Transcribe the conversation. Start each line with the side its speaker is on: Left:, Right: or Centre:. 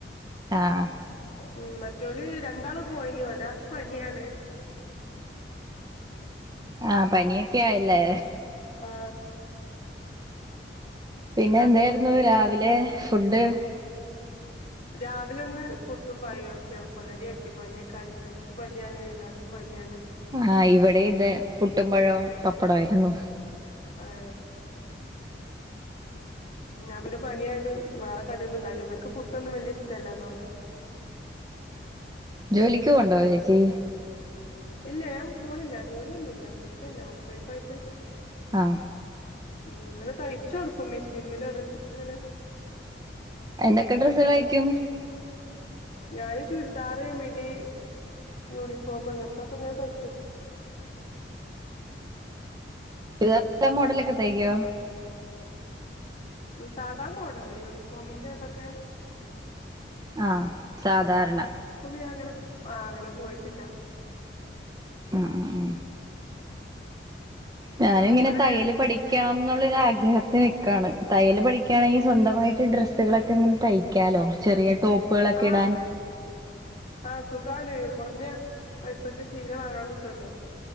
Right: ആഹ് ആഹ്
Left: ഉം മറ്റവല് രണ്ടാള് പോയിന്ന അത്രാക്ക് പനിയാണ്
Right: ആഹ പനിയൊക്കെ ആയില്ലേ
Left: ആഹ
Right: പിന്നെ
Left: എല്ലാർക്കും
Right: എന്തായിരുന്നു രാവിലെ ഫുഡ്
Left: രാവിലെ ഒന്ന് പുട്ടും പഴ ആക്കി എളുപ്പ കടി ആക്കി പനിയൊക്കെ ആയുകോണ്ട് എനക്ക് പനിയാണ് എല്ലാവർക്കും പനിയാണ്
Right: ആഹ് ഇവിടെ ഇത് പുട്ടും പഴവും പപ്പടയിരുന്നു
Left: ആഹ ഉ് അവല് പനിയായിണ്ട് വേറെ കടിയൊന്നുംണ്ടാക്കി ഇർക്ക് പുട്ടൊന്നും വലിയ ഇഷ്ടമല്ല എന്നാലും
Right: ജോലിക്ക ഉണ്ടാവോ ചേച്ചി
Left: ഇല്ല ഞാൻ പോണില്ല ജോലിയ ഒന്നുമ ഇല്ല വീട്ടിൽന്നെ ഹൗസ് വൈഫ് ആയിട്ട്
Right: ആഹ
Left: ഉം അങ്ങനെ തയ്ച്ചു കൊടുക്കും മെഷീൻമല ഓരുത്തർക്ക് ഇങ്ങനെ
Right: എന്തൊക്കെ ഡ്രസ്സൾ കഴിക്കും
Left: ഞാാന് ചുരിദാർ മിടി യൂണിഫോം അങ്ങനത്തൊക്കെ ഇങ്ങനെ തയ്ച്ച കൊടുക്കും
Right: ഇ നല്ല മോഡലൊക്കെ തേക്കോ
Left: സാധാ മോഡല് യൂണിഫോമിന്റെ ഇതൊക്കെ
Right: ആഹ സാധാരണ
Left: നീ അങ്ങനെ ആ അങ്ങനെ പോയിട്ടില്ല
Right: ആഹ ആ ആ ഞാനും
Left: അത്
Right: ഇങ്ങനെ
Left: ഇവിടെ
Right: തയ്യല്
Left: ഇതിന്റെ
Right: പഠിക്കണം എന്നുള്ള ആഗ്രഹത്തി നി ാണ് തയ്യൽ പഠിക്കുകയാണെങ്കിൽ സ്വന്തമായിട്ട് ഡ്രസ്സുകളൊക്കെ ഇങ്ങനെ തയ്ക്കാലോ ചെറിയ ടോപ്പുകളൊക്കെ
Left: ആശ
Right: ഇടാൻ
Left: ആഹ സുഖാണ് കുറഞ്ഞ പൈസക്ക് ശീലം വാങ്ങാൻ കിട്ടുവല്ലോ